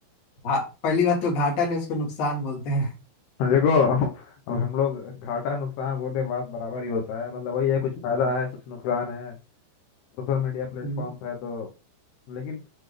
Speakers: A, on the left (about 45°); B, on the left (about 70°).
A: घा- पहली बात तो घाटा ने उसको नुकसान बोलते हैं
B: देखो अब हम लोग घाटा नुकसान बोले बात बराबर ही होता है मतलब वही है कुछ फायदा है कुछ नुकसान है सोशल मीडिया प्लेटफॉर्म्स
A: हम्म।
B: है तो लेकिन